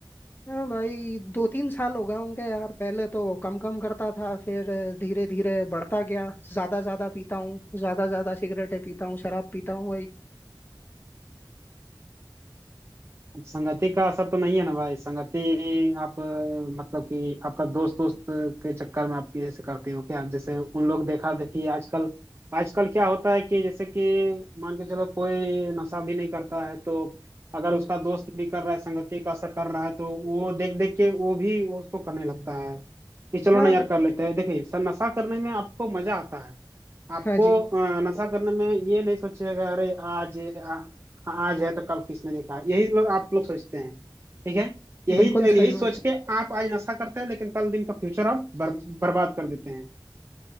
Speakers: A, on the left (about 30°); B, on the right (about 35°).
A: हाँ भाई दो तीन साल हो गए होंगे यार पहले तो कम कम करता था फिर धीरे धीरे बढ़ता गया ज्यादा ज्यादा पीता हूँ ज्यादा ज्यादा सिगरेटें पीता हूँ शराब पीता हूँ भाई
B: अब संगति का असर तो नहीं है ना भाई संगति आप अ, मतलब कि आपका दोस्त दोस्त के चक्कर में आप ये ऐसे करते हो क्या जैसे उन लोग देखा देखी आजकल आजकल क्या होता है कि जैसे कि मान के चलो कोई नशा भी नहीं करता है तो अगर उसका दोस्त भी कर रहा है संगति का असर कर रहा है तो वो देख देख के वो भी उसको करने लगता है कि चलो
A: हाँ
B: ना यार कर लेते हैं देखिए सर नशा करने में आपको मजा आता है आपको
A: हाँ जी
B: अ, नशा करने में ये नहीं सोचिएगा अरे आज हाँ आज है तो कल किसने देखा यही लोग आप लोग सोचते हैं ठीक है यही
A: बिल्कुल सही
B: यही
A: बात
B: सोच
A: है
B: के आप आज नशा करते हैं लेकिन कल दिन का फ्यूचर आप बर, बर्बाद कर देते हैं